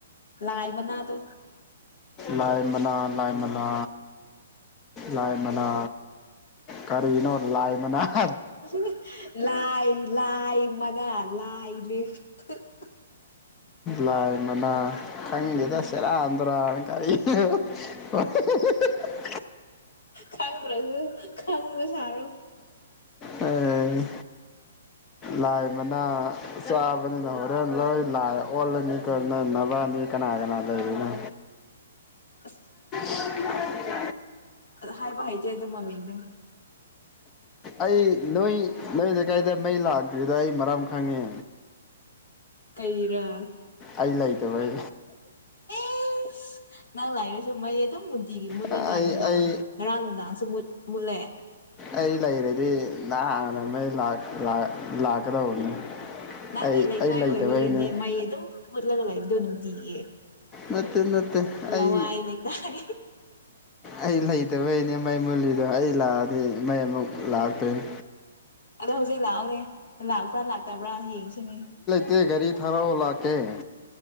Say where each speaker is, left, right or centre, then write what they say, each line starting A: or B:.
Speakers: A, on the left (about 85°); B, on the left (about 20°).
A: ꯂꯥꯏ ꯃꯅꯥꯗꯨ
B: ꯂꯥꯏ ꯃꯅꯥ ꯂꯥꯏ ꯃꯅꯥ ꯂꯥꯏ ꯃꯅꯥ ꯀꯔꯤꯅꯣ ꯂꯥꯏ ꯃꯅꯥ
A: <unintelligible> ꯂꯥꯏ ꯂꯥꯏ <unintelligible>
B: ꯂꯥꯏ ꯃꯅꯥ ꯈꯪꯗꯦꯗ ꯁꯦꯔꯥꯟ <unintelligible> <unintelligible>
A: ꯈꯪꯗꯔꯥꯁꯨ ꯈꯪꯕ ꯁꯥꯔꯣ
B: ꯑꯦ ꯂꯥꯏ ꯃꯅ ꯆꯥꯕꯅꯤꯅ ꯍꯣꯔꯦꯟ ꯂꯣꯏ ꯂꯥꯏ ꯑꯣꯜꯂꯅꯤ <unintelligible> ꯅꯕꯅꯤ ꯀꯅꯥ ꯀꯅꯥ <unintelligible>
A: ꯑꯁ <unintelligible>
B: <unintelligible>
A: ꯍꯥꯏꯕ ꯍꯩꯇꯦ ꯑꯗꯨ ꯃꯃꯤꯡꯗꯤ
B: ꯑꯩ ꯅꯣꯏ ꯂꯩꯀꯥꯏꯗ ꯃꯩ ꯂꯥꯛꯇ꯭ꯔꯤꯗ ꯑꯩ ꯃꯔꯝ ꯈꯪꯉꯦ
A: ꯀꯩꯔꯥ
B: ꯑꯩ ꯂꯩꯇꯕꯩ
A: <unintelligible> ꯅꯪ ꯂꯥꯔꯁꯨ ꯃꯩ ꯑꯗꯨꯝ ꯅꯨꯡꯇꯤꯒꯤ ꯃꯨꯠꯂꯤꯅ
B: ꯑꯩ
A: ꯅꯨꯡꯗꯥꯡ
B: ꯑꯩ
A: ꯉꯔꯥꯡ ꯅꯨꯡꯗꯥꯡꯁꯨꯨ ꯃꯨꯠꯂꯦ
B: ꯑꯩ ꯂꯩꯔꯗꯤ ꯅꯍꯥꯟꯅ ꯃꯩ ꯃꯩ ꯂꯥꯛꯀꯗꯧꯕꯅꯤ
A: ꯅꯪꯒꯤ
B: ꯑꯩ
A: ꯂꯩꯀꯥꯏ
B: ꯑꯩ ꯂꯩꯇꯕꯩꯅꯦ
A: ꯑꯣꯏꯕꯒꯤꯅꯦ ꯃꯩ ꯑꯗꯨꯝ ꯃꯨꯠꯂꯒ ꯂꯩꯕ ꯗꯨ ꯅꯨꯡꯇꯤꯒꯤ
B: ꯅꯠꯇꯦ - ꯅꯠꯇꯦ ꯑꯩ
A: ꯂꯋꯥꯏ ꯂꯩꯀꯥꯏ
B: ꯑꯩ ꯂꯩ ꯂꯩꯩꯇꯕꯩꯅꯦ ꯃꯩ ꯃꯨꯜꯂꯤꯗꯣ ꯑꯩ ꯂꯥꯛꯑꯗꯤ ꯃꯩ ꯑꯃꯨꯛ ꯂꯥꯛꯇꯣꯅꯤ
A: ꯑꯗꯣ ꯍꯧꯖꯤꯛ ꯂꯥꯛꯑꯣꯅꯦꯦ ꯂꯥꯛꯄ꯭ꯔꯥ ꯂꯥꯛꯇꯕ꯭ꯔꯥ ꯌꯦꯡꯉ ꯁꯤꯅꯤ
B: ꯇꯦ ꯒꯔꯤ ꯊꯥꯔꯛꯑꯣ ꯂꯥꯛꯀꯦ